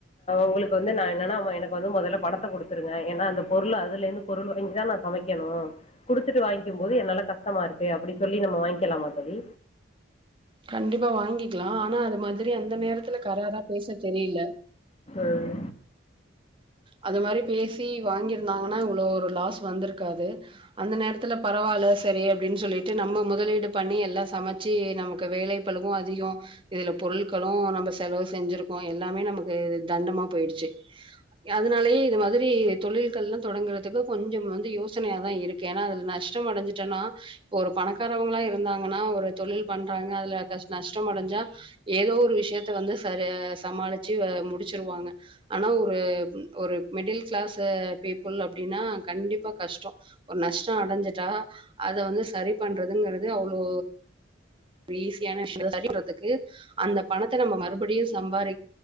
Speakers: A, on the left; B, on the right.
A: உங்களுக்கு வந்து ந என்னனா எனக் வந்து முதல்ல பணத்த குடுத்துருங்க ஏன்னா அந்த பொருள அதுல இருந்து பொருள் வாங்கிதா நா சமைக்கணு குடுத்துட்டு வாங்கிக்கும் போது என்னால கஷ்டமாருக்கு அப்டி சொல்லி நம்ம வாங்கி <unintelligible> லாமா தோழி
B: கண்டிப்பா வாங்கிக்கலா ஆனா அது மாதிரி அந்த நேரத்துல கராரா பேச தெரியல
A: ம்
B: அது மாரி பேசி வாங்கிருந்தாங்கன்னா இவ்ளோ ஒரு லாஸ் வந்திருக்காது அந்த நேரத்துல பரவாயில்ல சரி அப்டின்னு சொல்லிட்டு நம்ம முதலீடு பண்ணி எல்லா சமைச்சு நமக்கு வேலை பலுவு அதிகோ இதுல பொருட்களு நம்ம செலவு செஞ்சிருக்கோ எல்லாமே நமக்கு தண்டமா போயிடுச்சு அதனாலேயே இது மாதிரி தொழில்கள்லா தொடங்குறதுக்கு கொஞ்சம் வந்து யோசனையாதா இருக்கு ஏன்னா அதுல நஷ்ட அடைஞ்சுட்டேன்னா இப்ப ஒரு பணக்காரவங்களா இருந்தாங்கன்னா ஒரு தொழில் பண்றாங்க அதுலநஷ்டம் அடைஞ்சா ஏதோ ஒரு விஷயத்த வந்து சர சமாளிச்சு முடிச்சிருவாங்க ஆனா ஒரு ஒரு மிடில் கிளாஸ் பீப்புள் அப்டின்னா கண்டிப்பா கஷ்டோ ஒரு நஷ்டோ அடைஞ்சட்டா அத வந்து சரி பண்றதுங்கறிறது அவ்ளோ ஈஸியான விஷய சரிறதுக்கு அந்த பணத்தை நம்ம மறுபடியு சம்பாதிக்க